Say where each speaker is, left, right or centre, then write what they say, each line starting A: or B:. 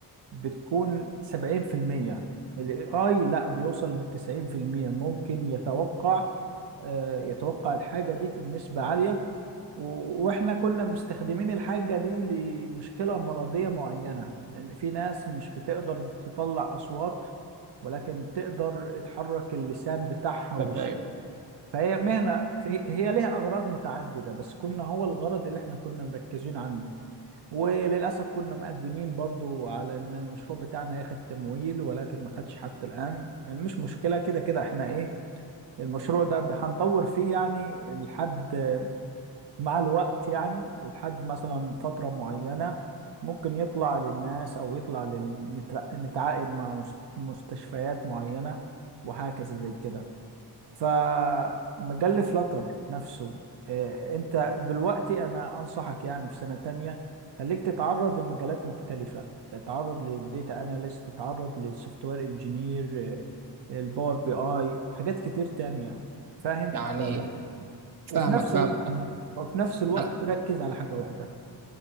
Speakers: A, on the right (about 85°); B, on the right (about 55°).
A: بتكون 70% الاي اي لا بيوصل ل 90% ممكن يتوقع آه، يتوقع الحاجة دي بنسبة عالية و- واحنا كنا مستخدمين الحاجة دي لمشكلة مرضية معينة ان في ناس مش بتقدر تطلع اصوات ولكن تقدر تحرك اللسان بتاعها والش...
B: خفايف.
A: فهي مهنة في- هي ليها اغراض متعددة بس كنا هو الغرض اللي احنا كنا مركزين عنه وللأسف كنا مقدمين برضو على إن المشروع بتاعنا هياخد تمويل ولكن ما خدش حتى الآن مش مشكلة كده كده إحنا إيه المشروع ده ب- هنطور فيه يعني لحد مع الوقت يعني لحد مثلا فترة معينة ممكن يطلع للناس أو يطلع لل- نتع- نتعاقد مع مس- مستشفيات معينة وهكذا زي كده فمجال فلاتر نفسه آه، انت دلوقتي انا انصحك يعني في سنة تانية خليك تتعرض لمجالات مختلفة تتعرض للديتا اناليست تتعرض للسوفت وير انجينير آه، الباور بي اي حاجات كتير تانية يعني فاهم
B: يعني
A: فما-
B: مم.
A: وفي
B: فاهمك
A: نفس
B: فاهم
A: الوقت
B: انا
A: وفي نفس الوقت
B: أنا
A: ركز على حاجة واحدة